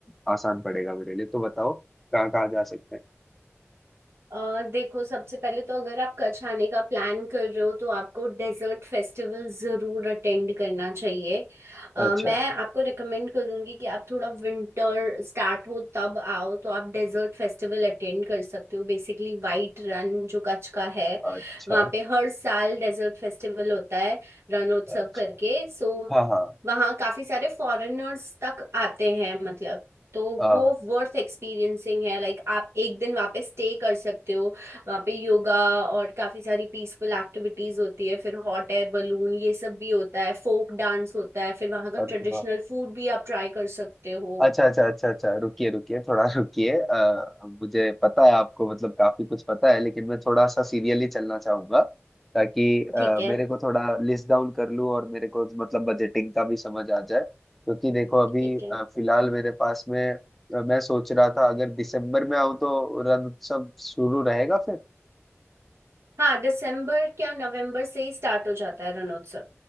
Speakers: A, in the centre; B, on the right.
A: आसान पड़ेगा मेरे लिए तो बताओ कहाँ कहाँ जा सकते हैं
B: अ, देखो सबसे पहले तो अगर आप कच्छ आने का प्लान कर रहे हो तो आपको डेजर्ट फेस्टिवल ज़रूर अटेंड करना चाहिए अ,
A: अच्छा
B: मैं आपको रिकमेंड करूँगी कि आप थोड़ा विंटर स्टार्ट हो तब आओ तो आप डेजर्ट फेस्टिवल अटेंड कर सकते हो बेसिकली वाइट रन जो कच्छ का है
A: अच्छा
B: वहाँ पे हर साल डेजर्ट फेस्टिवल होता है रणोत्सव
A: अच्छा
B: करके सो
A: हाँ हाँ
B: वहाँ काफ़ी सारे फॉरेनर्स तक आते हैं मतलब तो
A: हाँ,
B: वो वर्थ एक्सपीरियंसिंग है लाइक आप एक दिन वहाँ पे स्टे कर सकते हो वहाँ पे योगा और काफी सारी पीसफुल एक्टिविटीज होती है फिर हॉट एयर बलून ये सब भी होता है फोक डांस होता है फिर वहाँ का
A: अरे
B: ट्रेडिशनल
A: वाह
B: फूड भी आप ट्राई कर सकते हो
A: अच्छा अच्छा अच्छा अच्छा रुकिए रुकिए थोड़ा रुकिए अ, मुझे पता है आपको मतलब काफी कुछ पता है लेकिन मैं थोड़ा सा सीरियली चलना चाहूंगा ताकि अ,
B: ठीक है
A: मेरे को थोड़ा लिस्ट डाउन कर लूँ और मेरे को मतलब बजटिंग का भी समझ आ जाए क्योंकि देखो अभी
B: ठीक
A: अ,
B: है
A: फिलहाल मेरे पास में अ, मैं सोच रहा था अगर दिसंबर में आऊँ तो रण उत्सव शुरू रहेगा फिर
B: हाँ दिसंबर क्या नवंबर से ही स्टार्ट हो जाता है रणोत्सव